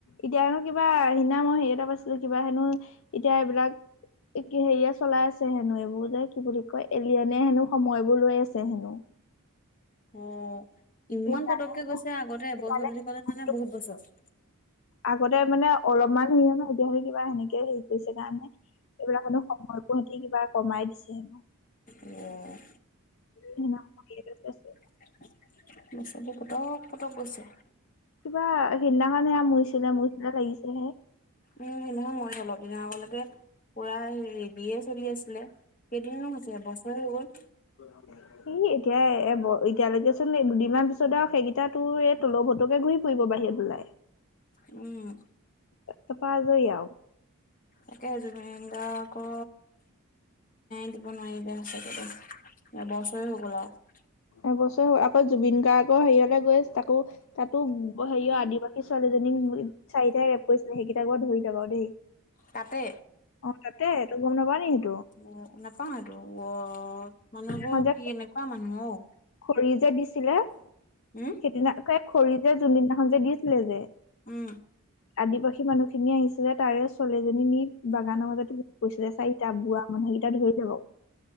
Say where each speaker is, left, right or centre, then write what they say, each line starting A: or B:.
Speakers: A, on the left (about 60°); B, on the left (about 35°).
A: এতিয়ানো কিবা সিদিনা মই হেৰি এটা পাইছিলো, কিবা হেনো এতিয়া এইবিলাক হেৰিয়ে চলাই আছে হেনো এইবোৰ যে কি বুলি কয়, এলিয়নে হেনো সময়বোৰ লৈ আছে হেনো।
B: অ' ইমান
A: সেইকাৰণে
B: পতককে গৈছে। আগতে এবছৰ
A: সেইকাৰণে
B: বুলি ক'লে মানে বহুত বছৰ।
A: আগতে মানে অলপমান সি সাধি-সাধি কিবা হেনেকে হেৰি কৰিছে কাৰণে এইবিলাক হে, সময়পোৱাহতি কিবা কমাই দিছে হেনো।
B: অহ'
A: সিদিনা মই বি এড ত আছো।
B: <inaudible> পতক পতক গৈছে।
A: কিবা সেইদিনাখন সেয়া মৰিছিলে, মৰিছিলে লাগিছে হে।
B: উম' সেইদিনাহন মই অলপ দিনৰ আগলৈকে পোৰা ৰেলীয়ে চলি আছিলে। কেইদিননো হৈছে, বছৰে হ'ল।
A: হয়, হয়। ই এতিয়া এ-এতিয়ালৈকে চোন দুদিনমান পিছত আৰু সেইকেইটা তোৰ এই টলৌ-ভটৌকে ঘূৰি ফুৰিব বাহিৰত ওলাই।
B: উম,
A: এ তাৰপা আজৰি আৰু।
B: তাকে জুবিন দা আকৌ দিব নোৱাৰিলে সঁচাকে, এবছৰে হৈ গ'ল আৰু।
A: এবছৰ, আকৌ জুবিন গাৰ্গৰ হেৰিয়লৈ গৈ তাকো তাতো সেইয় আদিবাসী ছোৱালীজনীক চাৰিটাই ৰেপ কৰিছিলে, সেইকেইটা কোব ধৰি যাবা আৰু দেই
B: তাতে
A: অ', তাতেটো তই গম নাপ নি সটো?
B: অ', নাপাওঁ আৰু অ', মানে বৌ
A: এইখন যে
B: কি এনেকুৱা মানুহ অ'?
A: খৰি যে দিছিলে
B: হম
A: সেইদিনাকে খৰি যে যোনদিনাখন যে দিছিলে যে
B: উম।
A: আদিবাসী মানুহখিনি আহিছিলে তাৰে ছোৱালীজনী নি বাগানৰ মাজততে গৈছিলে, চাৰি এতিয়া বুৱা মানুহকেইটা ধৰি যাব আওঁ।